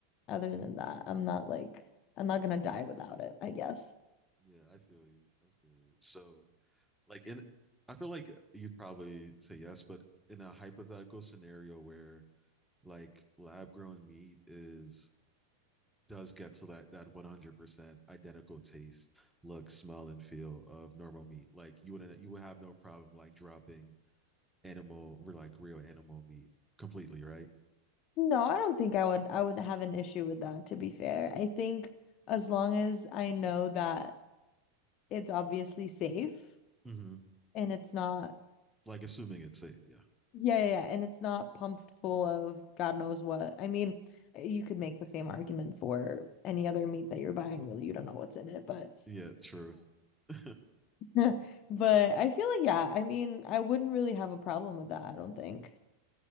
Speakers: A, on the left; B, in the centre.
A: other than that, I'm not like I'm not gonna die without it, I guess.
B: yeah. I feel you. I feel you. So like in, I feel like you'd probably say yes, but in a hypothetical scenario where like lab grown meat is does get to that that 100% identical taste, look, smell, and feel of normal meat. Like you wouldn't you would have no problem like dropping animal or like real animal meat completely, right?
A: No, I don't think I would I would have an issue with that, to be fair. I think as long as I know that it's obviously safe
B: Mm-hmm.
A: and it's not
B: Like assuming it's safe. Yeah.
A: yeah, yeah, yeah, and it's not pumped full of God knows what. I mean, you could make the same argument for any other meat that you're buying, really. You don't know what's in it, but
B: Yeah, true. <laughs>
A: <laughs> But I feel like, yeah, I mean, I wouldn't really have a problem with that, I don't think.